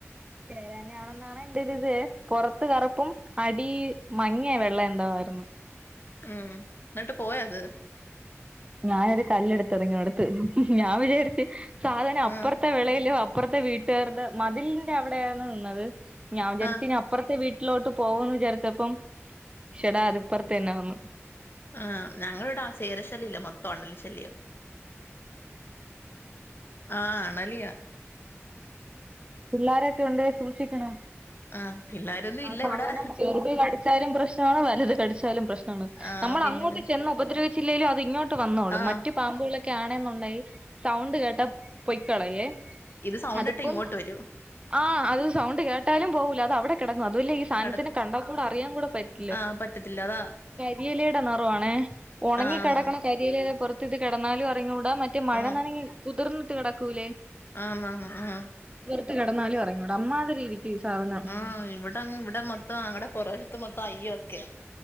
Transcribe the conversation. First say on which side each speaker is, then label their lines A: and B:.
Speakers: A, on the right; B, on the left.
A: ചേര തന്നെയാണെന്നാണ് എന്റെ ഒരു ഇത് പുറത്ത് കറുപ്പും അ അടി മഞ്ഞയ വെള്ള എന്താവായിരുന്നു
B: ഉം എന്നിട്ട് പോയ അത്
A: ഞാനൊരു കല്ലെടുത്ത് എറിഞ്ഞ് കൊടുത്തു ഞാൻ വിചാരിച്ചു സാധനം അപ്പുറത്തെ
B: ആഹ്
A: വിളല് അപ്പറത്തെ വീ ചെറ്ത മതിലിന്റെ അവിടെയാണ് നിന്നത് ഞാൻ വിചാരിച്ചു
B: ആഹ്
A: ആ അപ്പുറത്തെ വീ വീട്ടിലോട്ട് പോകന്ന് വിചർച്ചപ്പം ശെടാ അതിപ്പുറത്തന്നെ വന്ന്
B: ആ ഞങ്ങളടാ ചേരശല്ല്ല മൊത്തം ആണ്ണല്ലി ശല്യോ ആ ആണലിയാ
A: പിള്ളോരൊക്കെ ഉണ്ട സൂക്ഷിക്കണം
B: ആഹ് പിള്ളോരൊന്നും
A: ആ
B: ഇല്ല
A: സാധനം
B: ഇവിടെ
A: ചെത് കടിച്ചാലും പ്ര വലത് കിച്ചാലും പ്രശ്
B: ആഹ്
A: നമ്മൾ
B: പിന്നെത്
A: അങ്ങോട്ട് ചെന്ന് ഉപദ്രവിച്ചില്ലേലും ഇങ്ങോ ട്ട് വന്നോളൂ
B: ആഹ്
A: മറ്റു പാമ്പു കാണന്നുണ്ടായി സൗണ്ട് കേട്ട പൊയ്ക്കളയേ
B: ഇത് സൗണ്ടിട്ട്
A: അതിപ്പം
B: ഇങ്ങോട്ട് വരും
A: ആ അത് സൗണ്ട് കേട്ടാലും പോകൂല അത അവിടെ അതല്ലേ ഈ സാധനത്തിനെ
B: കെടക്കും
A: കണ്ടാൽ കൂടെ അറിയാൻ കൂടെ പറ്റില്ല
B: ആഹ് പറ്റത്തില്ല അതാ
A: വിയലയുടെ നിറ ആണേ ഉണങ്ങി
B: ആന്നാന്ന്
A: കിടക്കണ കരിയില പുറത്ത് ഇത് ഇട്കിടന്നാലും അറിഞ്ഞുടാ മറ്റേ മഴന്നാണെങ്കിൽ
B: ആഹ്
A: കുതിർന്ന കിടക്കൂലേ
B: ആഹ് ആഹമ്
A: ത്തി കിടന്നാലും അറിഞ്ഞൂട അമ്മാതിരി ഈ സാധനം
B: ആഹ് ഇവിടെ ഇവിടെ മൊത്തം അങ്ങടെ പുറവശത്ത് മൊത്തം അയ്യ ഒക്കെയാ